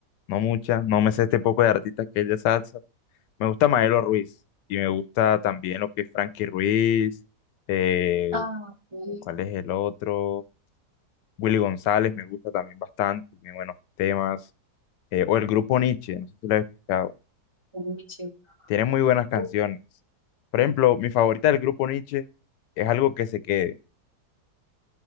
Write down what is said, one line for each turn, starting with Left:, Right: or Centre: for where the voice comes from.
Left: no mucha, no me sé este poco de artistas que es de salsa. Me gusta Maelo Ruiz y me gusta también lo que es Frankie Ruiz, eh,
Right: Ah, ok.
Left: ¿cuál es el otro? Willy González me gusta también bastante, tiene buenos temas. Eh, o el grupo Nietzsche, no sé si lo has escuchado.
Right: Nietzsche.
Left: Tiene muy buenas canciones.
Right: Oh,
Left: Por ejemplo, mi favorita del grupo Nietzsche es algo que se quede.